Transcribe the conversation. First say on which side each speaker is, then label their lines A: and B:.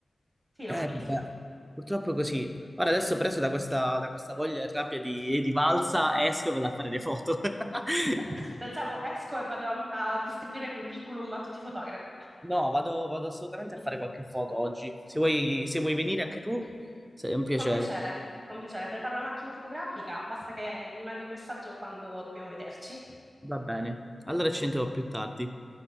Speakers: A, on the right; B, on the right.
A: sì, lo
B: Eh,
A: capisco.
B: vabbè. Purtroppo è così. Ora adesso preso da questa, da questa voglia e rabbia di, di valsa, esco e vado a fare le foto. <laughs>
A: <laughs> Pensavo esco e vado a, a distribuire curriculum a tutti i fotografi.
B: No, vado, vado assolutamente
A: <laughs>
B: a fare qualche foto oggi. Se vuoi, se vuoi venire anche tu, sei un piacere.
A: Con piacere, con piacere. Preparo la macchina fotografica, basta che mi mandi un messaggio quando dobbiamo vederci.
B: Va bene. Allora ci sentiamo più tardi.